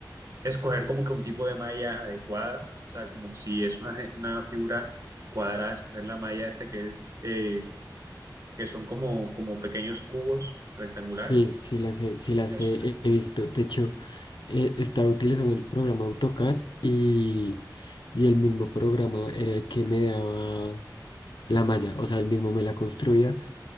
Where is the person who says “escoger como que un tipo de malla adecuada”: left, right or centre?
Right